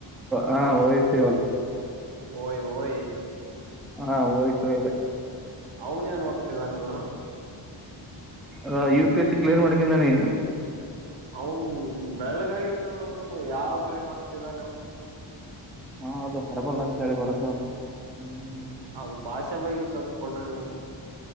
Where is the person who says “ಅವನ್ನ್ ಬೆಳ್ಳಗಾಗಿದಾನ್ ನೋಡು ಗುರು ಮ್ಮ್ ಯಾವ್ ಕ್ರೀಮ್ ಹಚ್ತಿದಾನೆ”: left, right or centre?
Right